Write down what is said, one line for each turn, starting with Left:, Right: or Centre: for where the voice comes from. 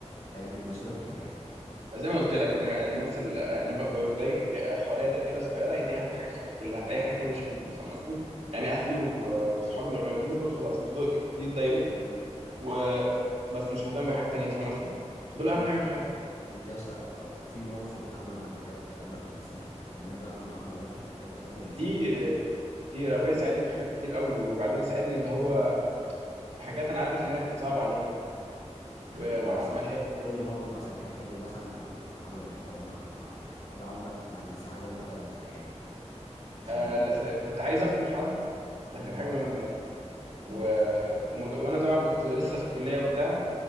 Left: فاهم بيمثلوا لك ايه في حياتك
Right: زي ما قلت لك انا الناس اللي انا ب- ب- بضايق جا- حواليا دايره صغيره هي دي اهم حاجه في حياتي كلها اي حاجه تانية مش مهمه فاهم قصدي يعني اهلي و- وصحابي القريبين دول خلاص دول دي دايرتي وبس مش مهتم بحاجه تانية فاهم قصدي فدول
Left: طب
Right: اهم
Left: انت
Right: حاجه في حياتي
Left: انت يا اسطى اه، في موقف ابوك عمله معاك بجد عمرك ما تنساه يعني انا ابويا عمل معاه مواقف بجد عمري
Right: كتير
Left: ما انساها في حياتي
Right: كتير ابويا ساعدني في حاجات كتير قوي وبعدين ساعدني اللي هو في حاجات انا عارف انها كانت صعبه عليه
Left: يعني
Right: و-
Left: ايه
Right: وعملها
Left: مثلا
Right: لي
Left: قول لي موقف مثلا كده حلو مثلا ابوك عمله معاك او امك عملته معاك حاجه عمرك ما هتنساها لهم ابدا في حياتك عشان
Right: آه، لا، في- كنت عايز اخطب حد ده
Left: امم
Right: كان حاجه مهمه يعني و...
Left: امم
Right: ومد... وانا طبعا كنت لسه في الكليه وبتاع